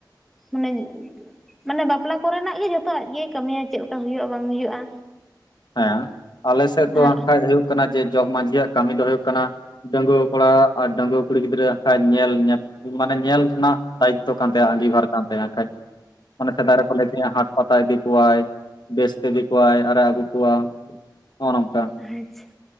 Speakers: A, in the centre; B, on the left.
A: ᱢᱟᱱᱮ ᱢᱟᱱᱮ ᱵᱟᱯᱞᱟ ᱠᱚᱨᱮᱱᱟᱜ ᱜᱮ ᱡᱷᱚᱛᱚ ᱟᱡᱜᱮᱭ ᱠᱟᱹᱢᱤᱭᱟ ᱪᱮᱫ ᱞᱮᱠᱟ ᱦᱩᱭᱩᱜᱼᱟ᱾ ᱵᱟᱝ ᱦᱩᱭᱩᱜᱼᱟ?
B: ᱦᱮᱸ ᱟᱞᱮ ᱥᱮᱫ ᱫᱚ
A: ᱟᱨ
B: ᱵᱟᱝᱠᱷᱟᱡ ᱦᱩᱭᱩᱜ ᱠᱟᱱᱟ ᱡᱮ ᱡᱚᱜᱽ ᱢᱟᱺᱡᱷᱤᱭᱟᱜ ᱠᱟᱹᱢᱤ ᱫᱚ ᱦᱩᱭᱩᱜ ᱠᱟᱱᱟ᱾ ᱰᱟᱺᱜᱩᱣᱟᱹ ᱠᱚᱲᱟ ᱟᱨ ᱰᱟᱺᱜᱩᱣᱟᱹ ᱠᱩᱲᱤ ᱜᱤᱫᱽᱨᱟᱹ ᱦᱟᱸᱜᱠᱷᱟᱡ ᱧᱮᱞ ᱧᱮᱯ ᱢᱟᱱᱮ ᱧᱮᱞ ᱨᱮᱱᱟᱜ ᱫᱟᱭᱤᱛᱭᱚ ᱠᱟᱱ ᱛᱟᱭᱟ ᱟᱸᱜᱤᱵᱷᱟᱨ ᱠᱟᱱ ᱛᱟᱭᱟ ᱦᱟᱸᱜᱠᱷᱟᱡ ᱚᱱᱮ ᱥᱮᱫᱟᱭ ᱨᱮᱠᱚ ᱞᱟᱹᱭ ᱠᱮᱜᱼᱟ ᱦᱟᱸᱴ ᱯᱟᱛᱟᱭ ᱤᱫᱤ ᱠᱚᱣᱟᱭ ᱵᱮᱥ ᱛᱮ ᱤᱫᱤ ᱠᱚᱣᱟᱭ ᱟᱨᱮ ᱟᱹᱜᱩ ᱠᱚᱣᱟ ᱱᱚᱜᱼᱚᱭ ᱱᱚᱝᱠᱟ
A: ᱟᱪᱷᱟ